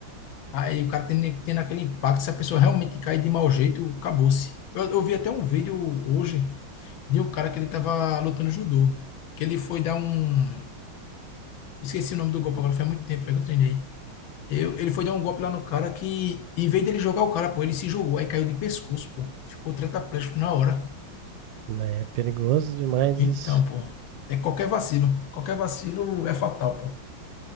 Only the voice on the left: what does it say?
Aí o cara tem, tem aquele impacto, se a pessoa realmente cai de mau jeito, acabou-se. Eu, eu vi até um vídeo hoje de um cara que ele tava lutando judô, que ele foi dar um... Esqueci o nome do golpe agora, faz muito tempo, velho, que eu treinei. Eu, ele foi dar um golpe lá no cara que, em vez dele jogar o cara, pô, ele se jogou, aí caiu de pescoço, pô. Ficou tetraplégico na hora.
Então,
pô, é qualquer vacilo. Qualquer vacilo é fatal, pô.